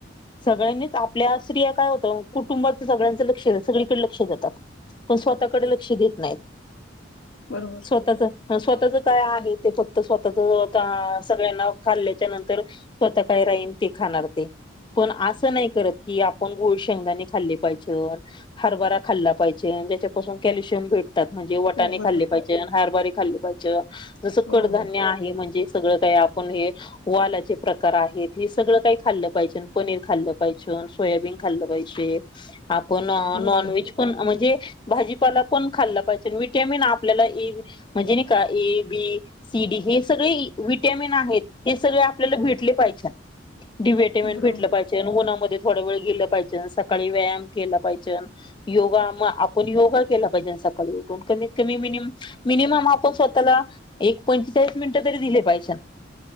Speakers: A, on the left (about 25°); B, on the left (about 75°).
A: सगळ्यांनीच आपल्या स्त्रीया काय होतं कुटुंबाचं सगळ्यांचं लक्ष सगळीकडे लक्ष देतात. पण स्वतःकडे लक्ष देत नाहीत.
B: बरोबर,
A: स्वतःच स्वतःच काय आहे ते फक्त स्वतःच स्वतः सगळ्यांना खाल्ल्याच्या नंतर! स्वतः काय राहीन ते खाणार ते, पण असं नाही करत की आपण गुळ शेंगदाणे खाल्ली पाहिजेत, हरभरा खाल्ला पाहिजे. जे ज्याच्यापासून कल्शियम भेटतात म्हणजे वटाणे
B: हो बरोबर
A: खाल्ले पाहिजेन, हरभरे खाल्ले पाहिजेन. जसं
B: हो
A: कडधान्य
B: हो
A: आहे म्हणजे सगळं काही आपण हे! वालाचे प्रकार आहेत हे सगळं काही खाल्लं पाहिजेन, पनीर खाल्लं पाहिजेन. सोयाबीन खाल्ले पाहिजे, आपण
B: हो
A: नॉनव्हेज.
B: हो
A: पण म्हणजे भाजीपाला पण खाल्ला पाहिजे विटॅमिन आपल्याला इ, म्हणजे नाही का ए बी! सी-डी हे सगळे विटॅमिन आहेत हे सगळे आपल्याला भेटले पाहिजे. डी व्हिटामिन
B: बरोबर
A: भेटलं पाहिजे. त्यानं उन्हामध्ये थोड वेळ गेल पाहिजे सकाळी व्यायाम केला पाहिजे योगा. मग आपण योगा केला पाहिजे सकाळी उठून कमीत कमी मिनम मिनिमम आपण स्वतःला. एक पंचेचाळीस मिनिट तरी दिले पाहिजेत.